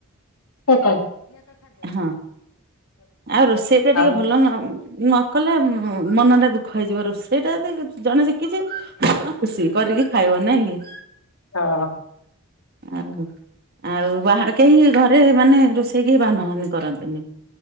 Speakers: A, on the left (about 80°); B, on the right (about 45°).
A: ଓହ।
B: ହଁ ଆଉ ରୋଷେଇ ଟା ଟିକେ
A: ଆଉ
B: ଭଲ ନାଉ ନ କଲେ ମନ ଟା ଦୁଃଖ ହେଇଯିବ। ରୋଷେଇଟା ଯି ଜଣେ ଶିଖିଛି କ ଖୁସି କରିକି ଖାଇବ ନାଇଁ କି?
A: ହଁ।
B: ଆଉ ଆଉ ବାହା କେହି ଘରେ ମାନେ ରୋଷେଇକ ବାନହାନି କରନ୍ତିନି।